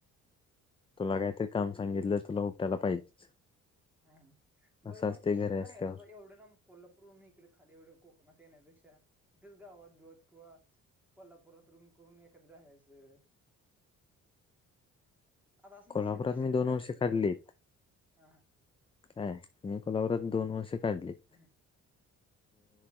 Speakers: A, on the left (about 20°); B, in the centre.
A: तुला काय तर काम सांगितलं तुला उटयला पाहिजे.
B: हा बरं
A: असं
B: मग
A: असते
B: दुसरीकडें
A: घरी असल्यावर
B: ह्यायचं तर एवढं ना कोल्हापूर इकडे खाली व कोकणात येण्यापेक्षा तिथेच गावात बिवत किंवा कोल्हापुरात रूम करून एखाद राहायचं. आता असं नाही
A: कोल्हापुरात
B: सेल्फ स्टडीच
A: मी दोन
B: करणार
A: वर्षे
B: आहे.
A: काढलीत.
B: हा हा
A: काय तही को्हापरातो वर्ष कढलीेढ.
B: हम्म